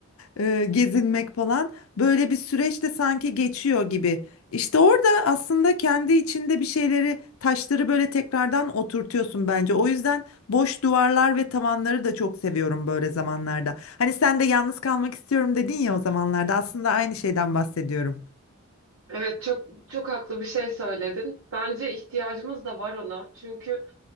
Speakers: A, on the left (about 80°); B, on the right (about 80°).
A: e, gezinmek falan böyle bir süreç de sanki geçiyor gibi. İşte orada aslında kendi içinde bir şeyleri, taşları böyle tekrardan oturtuyorsun bence. O yüzden boş duvarlar ve tavanları da çok seviyorum böyle zamanlarda. Hani sen de yalnız kalmak istiyorum dedin ya o zamanlarda. Aslında aynı şeyden bahsediyorum.
B: Evet çok çok haklı bir şey söyledin. Bence ihtiyacımız da var ona. Çünkü